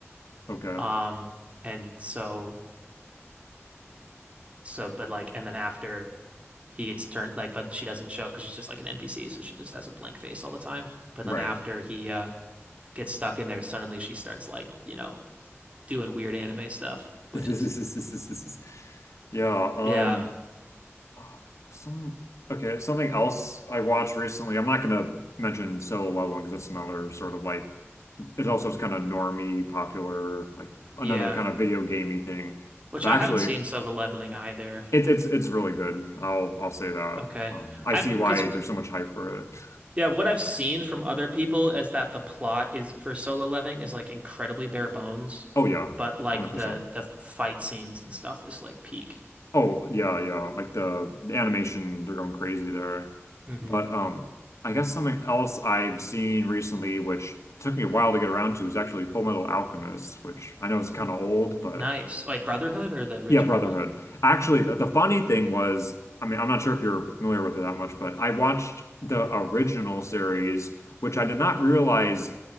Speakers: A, on the left; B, on the right.
A: Okay.
B: Um and so so but like and then after he gets turned like but she doesn't show because she's just like an NPC, so she just has a blank face all the time. But
A: Right.
B: then after he uh gets stuck in there, suddenly she starts like, you know, doing weird anime stuff, which
A: <laughs>
B: is
A: Yeah. Um.
B: yeah,
A: uh, Some. Okay. Something else I watched recently. I'm not gonna mention Solo Leveling because that's another sort of like it also is kind of normie, popular, like
B: yeah.
A: another kind of video gamey thing.
B: Which
A: But
B: I
A: actually,
B: haven't seen Silver Leveling either.
A: it's it's it's really good. I'll I'll say that.
B: Okay.
A: Um. I
B: I've
A: see
B: because
A: why there's so much hype for it. <laughs>
B: yeah, what I've seen from other people is that the plot is for Solo Leveling is like incredibly bare bones,
A: Oh yeah,
B: but
A: 100%.
B: like the the fight scenes and stuff is like peak.
A: Oh, yeah, yeah. Like the, the animation, they're going crazy there.
B: hmm
A: But um I guess something else I've seen recently, which took me a while to get around to, is actually Full Metal Alchemist, which I know is kind of old, but
B: Nice. Wait, Brotherhood or the original
A: yeah, Brotherhood.
B: one?
A: Actually, the, the funny thing was, I mean, I'm not sure if you're familiar with it that much, but I watched the original series, which I did not realize